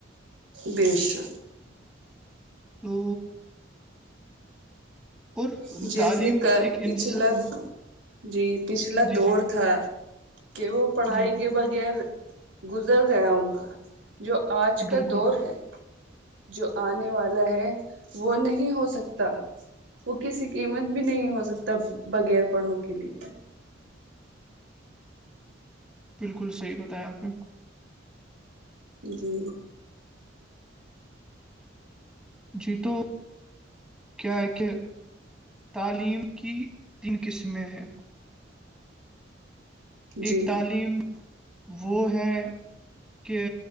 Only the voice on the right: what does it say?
بیشک
ہ <inaudible> جیسے
کا
پچھلا
جی پچھلا
دور
تھا کہ وہ پڑھائی
کے ب گر گزر گیا ان کا جو آج کا
دور ہے جو آنے والا ہے وہ نہیں ہو سکتا وہ کسی قیمت بھی نہیں ہو سکتا بغیر پڑھو کے لیے
جی
جی